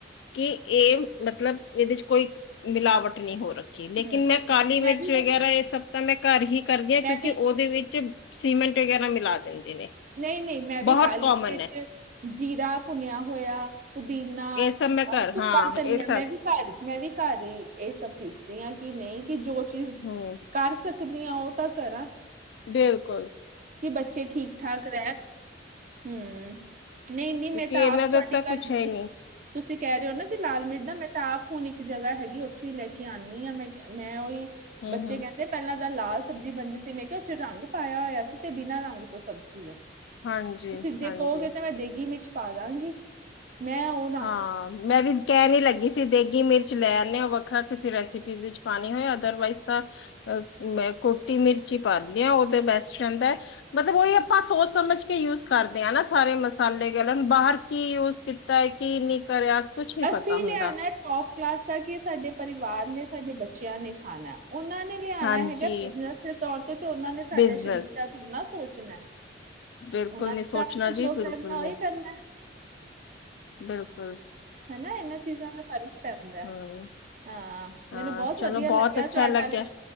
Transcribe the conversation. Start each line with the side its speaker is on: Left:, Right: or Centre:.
Left: ਕਿ ਇਹ ਮਤਲਬ ਇਹਦੇ ਚੱ ਕੋਈ ਮਿਲਾਵਟ ਨਹੀਂ ਹੋ ਰਹੀ। ਲੇਕਿਨ
Right: ਹੂੰ
Left: ਮੈਂ ਕਾਲੀ ਮਿਰਚ
Right: ਮੈਂ ਵੀ
Left: ਵਗੈਰਾ
Right: ਹੁਣ
Left: ਇਹ ਸਭ ਤਾਂ ਮੈਂ ਘਰ ਹੀ ਕਰਦੀ ਹਾਂ ਕਿਉਂਕਿ
Right: ਮੈਂ ਵੀ
Left: ਉਹਦੇ ਵਿੱਚ। ਸੀਮੈਂਟ ਵਗੈਰਾ ਮਿਲਾ ਦਿੰਦੇ ਨੇ
Right: ਨਹੀਂ ਨਹੀਂ ਮੈਂ
Left: ਬਹੁਤ
Right: ਵੀ ਕਾਲੀ
Left: ਕਾਮਨ
Right: ਮਿਰਚ
Left: ਹੈ
Right: ਜੀਰਾ ਭੁੰਨਿਆ ਹੋਇਆ ਪੁਦੀਨਾ
Left: ਇਹ ਸਭ ਮੈਂ
Right: ਆ
Left: ਘਰ
Right: ਸੁੱਕਾ
Left: ਹਾਂ
Right: ਧਨੀਆ
Left: ਇਹ ਸਭ
Right: ਮੈਂ ਵੀ ਘਰ ਮੈਂ ਵੀ ਘਰ ਹੀ ਇਹ ਸਭ ਪੀਸਦੀ ਹਾਂ ਕਿ ਨਹੀਂ ਕਿ ਜੋ ਚੀਜ਼
Left: ਹੂੰ
Right: ਕਰ ਸਕ ਦੀ ਆ ਉਹ ਤਾਂ ਕਰਾਂ
Left: ਬਿਲਕੁੱਲ
Right: ਕਿ ਬੱਚੇ ਠੀਕ ਠਾਕ ਰਹਿਣ ਹਮ ਨਹੀਂ ਨਹੀਂ
Left: ਕਿਉਂਕਿ
Right: ਮੈਂ ਤਾਂ
Left: ਇਹਨਾਂ
Right: ਆਪ
Left: ਦਾ
Right: ਤੁਹਾਡੀ
Left: ਤਾਂ ਕੁਛ
Right: ਗੱਲ
Left: ਹੈ ਹੀ
Right: ਦੱਸ
Left: ਨਹੀਂ
Right: ਤੁਸੀਂ ਕਹਿ ਰਹੇ ਹੋ ਨਾ ਕਿ ਲਾਲ ਮਿਰਚ ਮੈਂ ਤਾਂ ਆਪ ਹੁਣ ਇੱਕ ਜਗ੍ਹਾ ਹੈਗੀ ਉੱਥੋਂ ਹੀ ਲੈ ਕੇ ਆਉਂਦੀ ਹਾਂ ਮੈਂ ਮੈਂ ਉਹੀ
Left: ਹੂੰ
Right: ਬੱਚੇ
Left: ਹੂੰ
Right: ਕਹਿੰਦੇ ਪਹਿਲਾਂ ਤਾਂ ਲਾਲ ਸਬਜ਼ੀ ਬਣਦੀ ਸੀ ਮੈਂ ਕਿਹਾ ਉਹ ਚੇ ਰੰਗ ਪਾਇਆ ਹੋਇਆ ਸੀ ਤੇ ਬਿਨਾਂ ਰੰਗ ਤੋਂ ਸਬਜ਼ੀ ਹੈ
Left: ਹਾਂਜੀ
Right: ਤੁਸੀਂ ਦੇ
Left: ਹਾਂਜੀ
Right: ਕਹੋਗੇ ਤੇ ਮੈਂ ਦੇਗੀ ਮਿਰਚ ਪਾ ਦਾਂਗੀ ਮੈਂ ਉਹ
Left: ਹਾਂ ਮੈਂ ਵੀ ਕਹਿਣ ਨੀ ਲੱਗੀ ਸੀ ਦੇਗੀ ਮਿਰਚ ਲੈ ਆਦੇ ਹੋ ਵੱਖਰਾ ਕਿਸੇ ਰੈਸਪੀ ਵਿੱਚ ਪਾਣੀ ਹੋਏ ਅਦਰਵਾਈਜ਼ ਤਾਂ ਅ ਕੋਟੀ ਮਿਰਚੀ ਪਾ ਦਿਂਦੀ ਆ ਉਹ ਤਾਂ ਬੈਸਟ ਰਹਿੰਦਾ ਹੈ। ਮਤਲਬ ਉਹੀ ਆਪਾਂ ਸੋਚ ਸਮਝ ਕੇ ਯੂਜ ਕਰਦੇ ਹਾਂ ਸਾਰੇ ਮਸਾਲੇ ਮਸਾਲੇ ਗਰਮ ਬਾਹਰ ਕੀ ਯੂਜ ਕੀਤਾ ਹੈ ਕੀ ਨੀ ਕਰਿਆ। ਕੁਛ ਨਹੀਂ ਪਤਾ
Right: ਅਸੀਂ
Left: ਹੁੰਦਾ
Right: ਲਿਆਉਣਾ ਟੋਪ ਕਲਾਸ ਦਾ ਕੀ ਸਾਡੇ ਪਰਿਵਾਰ ਨੇ ਸਾਡੇ ਬੱਚਿਆਂ ਨੇ ਖਾਣਾ ਉਹਨਾਂ ਨੇ ਲਿਆਉਣਾ
Left: ਹਾਂਜੀ
Right: ਹੈਗਾ ਬਿਜਨਸ ਦੇ ਤੌਰ ਤੇ ਤੇ ਉਹਨਾਂ ਨੇ ਸਾਡੇ
Left: ਬਿਜਨਸ
Right: ਸਰੀਰ ਦਾ। ਉਹਨਾਂ ਸੋਚਣਾ
Left: ਬਿਲਕੁਲ
Right: ਉਹਨਾਂ
Left: ਨਹੀਂ ਸੋਚਣਾ
Right: ਨੇ
Left: ਜੀ
Right: ਜੋ ਕਰਨਾ
Left: ਬਿਲਕੁਲ
Right: ਉਹੀ ਕਰਨਾ।
Left: ਬਿਲਕੁੱਲ
Right: ਹਨਾ ਇਹਨਾਂ ਚੀਜ਼ਾਂ ਦਾ ਫ਼ਰਕ ਪੈਂਦਾ।
Left: ਹੂੰ
Right: ਹਾਂ
Left: ਹਾਂ
Right: ਮੈਨੂੰ ਬਹੁਤ
Left: ਚਲੋ
Right: ਵਧੀਆ ਲੱਗਿਆ
Left: ਬਹੁਤ ਅੱਛਾ
Right: ਤੁਹਾਡੇ
Left: ਲੱਗਿਆ
Right: ਨਾਲ